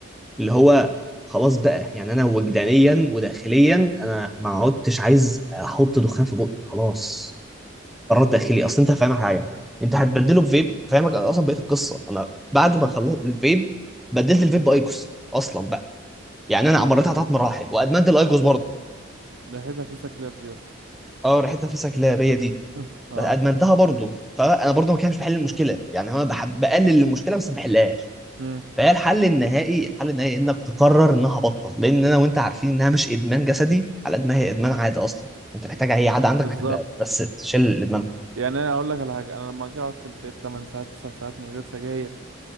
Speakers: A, in the centre; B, on the right.
A: اللي هو خلاص بقى يعني انا وجدانيا وداخليا انا ما عدتش عايز احط دخان في بقي خلاص قرار داخلي اصل انت فاهمك حاجه انت هتبدله
B: مم،
A: بفيب فاهمك أنا اصلا بقيت القصه انا بعد ما خلصت الفيب بدلت
B: مم.
A: الفيب بايكوس اصلا بقى يعني انا عمرتها ثلاث مراحل وادمنت الايكوس برضه
B: ريحتها في سكلاب دي يا اسطى
A: اه ريحتها فسك لا هي
B: <laughs>
A: دي
B: اه
A: بس ادمنتها برضه فانا برضه ما كانش بحل المشكله يعني انا بحب بقلل المشكله بس ما بحلهاش
B: مم،
A: فهي الحل النهائي الحل النهائي انك تقرر انها بطل لان انا وانت عارفين انها مش ادمان جسدي على قد ما هي ادمان عاده اصلا انت محتاج اي عاده عندك
B: بالظبط
A: محتاج بس تشيل الادمان
B: يعني انا اقول لك على حاجه انا لما اجي اقعد في البيت 8 ساعات 9 ساعات من غير سجاير